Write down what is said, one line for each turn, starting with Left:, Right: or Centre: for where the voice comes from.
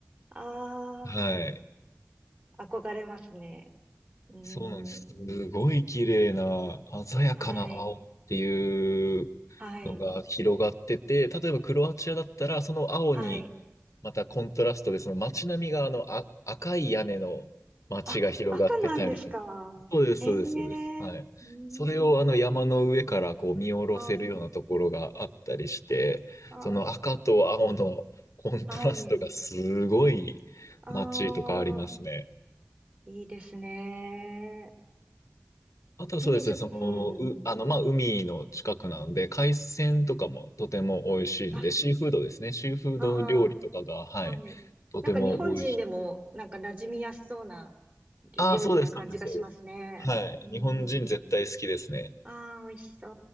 Right: あ
Left: はい。
Right: あ、憧れますね。うーん。
Left: そうなんです。すごい綺麗な、鮮やかな青っていう
Right: はい、はい、
Left: のが広がってて、例えばクロアチアだったら、その青に、
Right: はい。
Left: またコントラストで、その街並みがあのあ赤い屋根の街が広がってたりとか。
Right: あ、赤なんですか。
Left: そうです、
Right: へえ、
Left: そうです、そうです。はい。
Right: うーん。
Left: それをあの山の上からこう見下ろせるようなところがあったりして、
Right: はい。あ
Left: その赤と青のコントラストがすごい街とかありますね。
Right: あ、はい。ああ、いいですね。
Left: あとはそうですね、
Right: ギリシャ、
Left: その、
Right: うん。
Left: う、あの、まあ、海の近くなので、海鮮とかもとても美味しいんで、
Right: あ、
Left: シーフードですね、シーフード料理とかが、
Right: あ
Left: はい、
Right: はい。
Left: とても美味しい。
Right: なんか日本人でも、なんか馴染みやすそうな料理な感じがしますね。
Left: ああ、そうです、そうです、そうです。はい、
Right: うー
Left: 日本人絶対好きですね。
Right: ん。ああ、美味しそう。